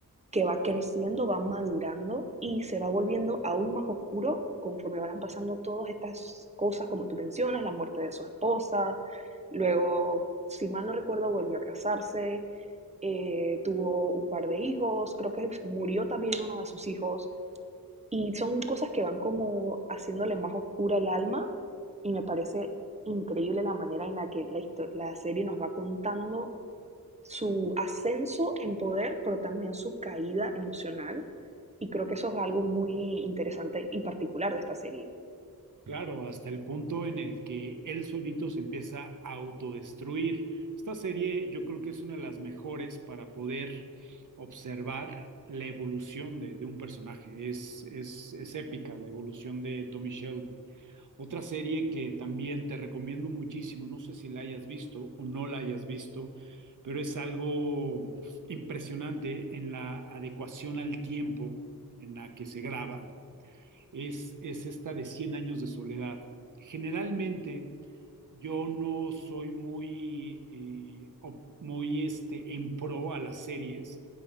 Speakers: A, on the right (about 20°); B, on the right (about 55°).
A: que va creciendo, va madurando y se va volviendo aún más oscuro conforme van pasando todas estas cosas, como tú mencionas, la muerte de su esposa, luego, si mal no recuerdo, volvió a casarse, eh, tuvo un par de hijos, creo que murió también uno de sus hijos. Y son cosas que van como haciéndole más oscura el alma y me parece increíble la manera en la que la, histo- la serie nos va contando su ascenso en poder, pero también su caída emocional. Y creo que eso es algo muy interesante y particular de esta serie.
B: Claro, hasta el punto en el que él solito se empieza a autodestruir. Esta serie yo creo que es una de las mejores para poder observar la evolución de, de un personaje. Es, es, es épica la evolución de Tommy Shelby. Otra serie que también te recomiendo muchísimo, no sé si la hayas visto o no la hayas visto, pero es algo impresionante en la adecuación al tiempo en la que se graba es, es esta de cien años de soledad. Generalmente yo no soy muy, eh, op- muy este, en pro a las series